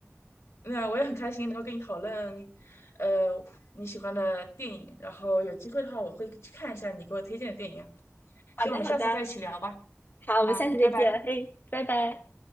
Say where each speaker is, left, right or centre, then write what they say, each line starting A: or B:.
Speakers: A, on the left; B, on the left.
A: 那我也很开心能够跟你讨论，呃，你喜欢的电影。然后有机会的话，我会去看一下你给我推荐的电影。
B: 好的，
A: 希望我们下次再一起聊吧。
B: 好的，好，我们下次再见，
A: 啊，拜拜。
B: 嘿，拜拜。